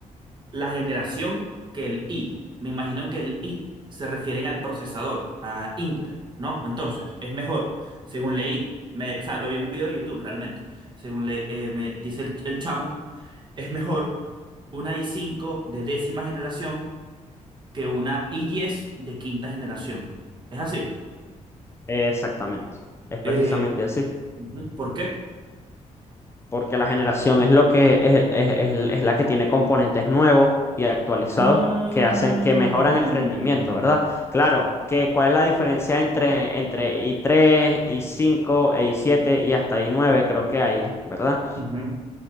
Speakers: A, on the right (about 35°); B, on the left (about 20°).
A: la generación que el I. Me imagino que el I se refieren al procesador, a Intel, ¿no? Entonces, es mejor, según leí, me, o sea, lo vi en un video de YouTube realmente, según le, eh, me dice el, el chamo, es mejor una i cinco de décima generación que una i diez de quinta generación. ¿Es así?
B: Exactamente. Es
A: Eh,
B: precisamente así.
A: ujú, ¿Por qué?
B: Porque la generación es lo que es, el- es, el- es la que tiene componentes nuevos y actualizados
A: Mm.
B: que hacen que mejoran el rendimiento, ¿verdad? Claro, que cuál es la diferencia entre, entre i tres i cinco e i7 y hasta i nueve creo que hay, ¿verdad?
A: Ujú,